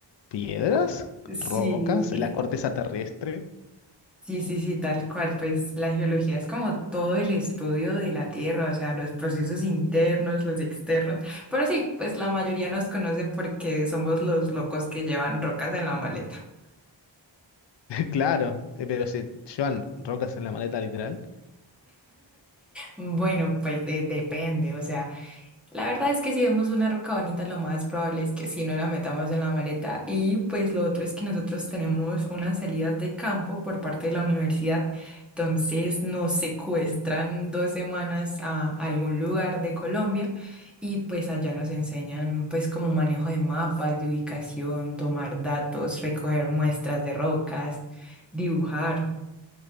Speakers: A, on the left; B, in the centre.
A: piedras?
B: Sí,
A: ¿Rocas? ¿La corteza terrestre? <laughs>
B: sí, sí, sí, tal cual. Pues la geología es como todo el estudio de la Tierra, o sea, los procesos internos, los externos. Pero sí, pues la mayoría nos conoce porque somos los locos que llevan rocas en la maleta.
A: Claro, eh, pero se llevan rocas en la maleta literal.
B: Bueno, pues de- depende, o sea. La verdad es que si vemos una roca bonita, lo más probable es que sí no la metamos en la maleta. Y pues lo otro es que nosotros tenemos unas salidas de campo por parte de la universidad. Entonces nos secuestran dos semanas a algún lugar de Colombia y pues allá nos enseñan pues como manejo de mapas, de ubicación, tomar datos, recoger muestras de rocas, dibujar.